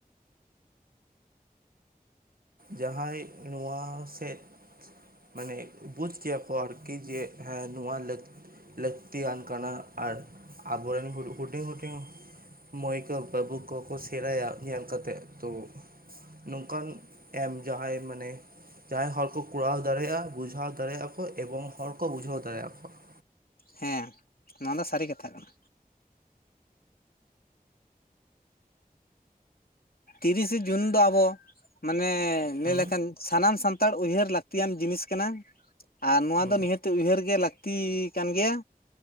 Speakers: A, on the right; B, on the left.
A: ᱡᱟᱦᱟᱸᱭ ᱱᱚᱣᱟ ᱥᱮᱫ ᱢᱟᱱᱮ ᱵᱩᱡᱽ ᱠᱮᱭᱟᱠᱚ ᱟᱨᱠᱤ ᱡᱮ ᱦᱮᱸ ᱱᱚᱣᱟ ᱞᱟᱹᱠ ᱞᱟᱹᱠᱛᱤᱭᱟᱱ ᱠᱟᱱᱟ ᱟᱨ ᱟᱵᱚᱨᱮᱱ ᱦᱩᱰᱤᱧ ᱦᱩᱰᱤᱧ ᱢᱟᱹᱭ ᱠᱚ ᱵᱟᱹᱵᱩ ᱠᱚᱠᱚ ᱥᱮᱬᱟᱭᱟ ᱧᱮ ᱠᱟᱮᱫ ᱛᱚ ᱱᱚᱝᱠᱟᱱ ᱮᱢ ᱡᱟᱦᱟᱸᱟᱭ ᱢᱟᱱᱮ ᱡᱟᱦᱟᱸᱭ ᱦᱚᱲ ᱠᱚ ᱠᱚᱨᱟᱣ ᱫᱟᱲᱮᱭᱟᱜᱼᱟ ᱵᱩᱡᱷᱟᱹᱣ ᱫᱟᱲᱮᱭᱟᱜᱼᱟ ᱠᱚ ᱮᱵᱚᱝ ᱦᱚᱲ ᱠᱚ ᱵᱩᱡᱷᱟᱹᱣ ᱫᱟᱲᱮᱭᱟᱜᱼᱟ ᱠᱚᱣᱟ ᱾
B: ᱦᱮᱸ ᱱᱚᱣᱟ ᱫᱚ ᱥᱟᱨᱤ ᱠᱟᱛᱷᱟ ᱠᱟᱱᱟ᱿ ᱛᱤᱨᱤᱥᱮ ᱡᱩᱱ ᱫᱚ ᱟᱵᱚ ᱢᱟᱱᱮ ᱞᱟᱹᱭ
A: ᱦᱩᱸ
B: ᱞᱮᱠᱷᱟᱱ ᱥᱟᱱᱟᱢ ᱥᱟᱱᱛᱟᱲ ᱩᱭᱦᱟᱹᱨ ᱞᱟᱹᱠᱛᱤᱭᱟᱱ ᱡᱤᱱᱤᱥ ᱠᱟᱱᱟ᱾ ᱟᱨ ᱱᱚᱣᱟ
A: ᱦᱩᱸ
B: ᱫᱚ ᱱᱤᱦᱟᱹᱛ ᱩᱭᱦᱟᱹᱨ ᱜᱮ ᱞᱟᱹᱠᱛᱤ ᱠᱟᱱ ᱜᱮᱭᱟ᱾